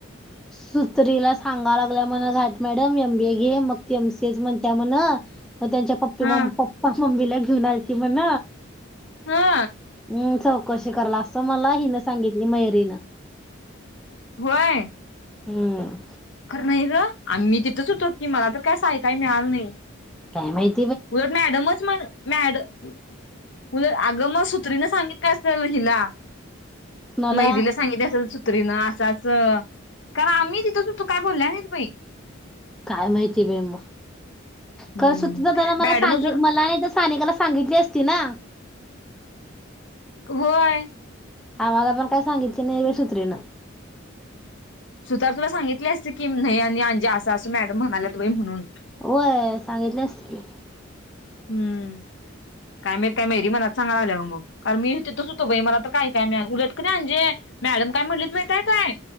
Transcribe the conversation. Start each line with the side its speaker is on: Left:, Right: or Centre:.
Centre: सुत्रीला सांगा लागल्या म्हण घाट मॅडम एम बीए घे मग ती एम सी एच म्हणत्या म्हण. म त्यांच्या पप्पी
Left: हा
Centre: मम पप्पा मम्मीला घेऊन आलती म्हण.
Left: हा.
Centre: हम् चौकशी कराला, असं मला हिनं सांगितली मयरीनं.
Left: होय.
Centre: हम्म.
Left: खरं नाही गं आम्ही तिथंच होतो की मला तर काय अस ऐकाय मिळालं नाही.
Centre: काय माहित.
Left: उलट मॅडमच म्ह मॅड उलट आग मग सुत्रीन सांगितली असेल हिला
Centre: कुणाला
Left: मैरीला सांगितली असेल सु त्रीन आसं असं कारण आम्ही तिथंच होतु काय बोल्या नाहीत बाई.
Centre: काय माहिती बाई म
Left: हम्म
Centre: का सुती दादा ला
Left: मॅडमच
Centre: मला सांगी मला नाही तर सानिकाला सांगितली अस ती ना.
Left: होय.
Centre: आम्हाला पण काय सांगितली नाही बाई सुत्रीन.
Left: सुतार तुला सांगितली असती की, नाही आणि आंजे असा असं मॅडम म्हणाल्यात बाई म्हणून.
Centre: होय सांगितली असती की.
Left: हम् काय मा काय मेरी मलाच सांगा लागल्या मग, कारण मी तिथंच होतो बाई मला तर काय ऐकाय मिळा उलट की नाही अंजे, मॅडम काय म्हणलीत माहीताय हाय काय?